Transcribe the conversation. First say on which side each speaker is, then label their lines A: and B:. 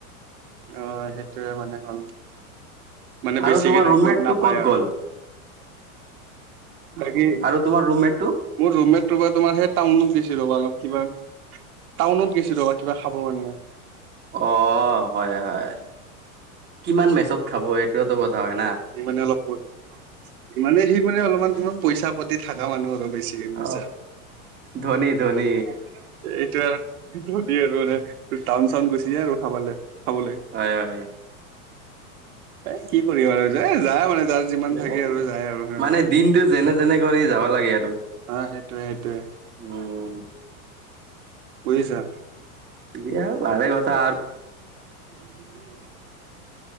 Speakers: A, on the right; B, on the right.
A: অ' সেইটোৱে মানে হ'ল। মানে বেছিকে
B: আৰু তোমাৰ
A: নেটৱৰ্ক
B: ৰুমমেট।
A: নাপায়
B: টো ক'ত
A: আৰু
B: গ'ল
A: বাকী
B: আৰু তোমাৰ ৰুমমেটটো।
A: মোৰ ৰুমমেট ৰবা তোমাৰ সেই টাউনত গৈছে ৰ'বা অলপ কিবা। টাউনত গৈছে ৰবা কিবা খাব কাৰণে।
B: অ' হয় হয়। কিমান
A: সি
B: মেচত খাব এইটোৱেতো কথা হয় না
A: মানে অলপ কয় মানে সি মানে অলপমান পইচা পাতি থকা মানুহ আৰু বেছিকে
B: অ
A: বুজিছা।
B: ধনী ধনী
A: এ এইটোয়ে আৰু ধনী আৰু মানে টাউন চাউন গুচি যায় আৰু খাবলে খাবলে
B: হয় হয়।
A: এ কি কৰিবা আৰু যে যাই মানে যায় যিমান থাকে
B: এ
A: আৰু আৰু হয় নে
B: মানে
A: নহয়।
B: দিনটো যেনে তেনে কৰি যাব লাগে আৰু।
A: অ সেইটোয়ে সেইটোয়ে
B: উম। উম।
A: বুজিছা।
B: দিয়া ভালে কথা আৰু।
A: <unintelligible>